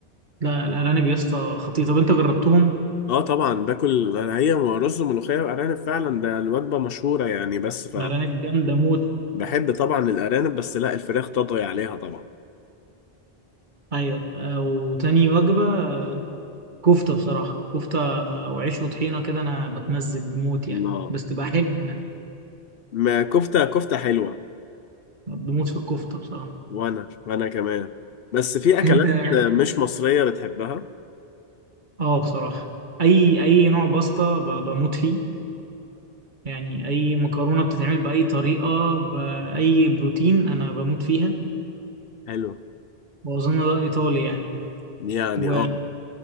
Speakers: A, on the right; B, on the left.
A: لا الارانب يا اسطى خطيره طب انت جربتهم
B: اه طبعا باكل هي رز وملوخيه وارانب فعلا ده الوجبه مشهوره يعني بس
A: أرانب جامدة موت
B: فبحب طبعا الارانب بس لا الفراخ تطغي عليها طبعا
A: أيوة آه، وتاني وجبة آه، كفتة بصراحة كفتة وعيش وطحينة كده أنا بتمزج موت يعني
B: الله
A: بس تبقى حلوة يعني
B: ما كفته كفته حلوه
A: بموت في الكفتة بصراحة
B: وانا وانا كمان بس في اكلات
A: أنت
B: مش مصرية بتحبها
A: آه بصراحة أي أي نوع باستا ب- بموت فيه يعني أي مكرونة بتتعمل بأي طريقة بأي بروتين أنا بموت فيها
B: حلو
A: وأظن ده إيطالي يعني
B: يعني
A: وأنا
B: اه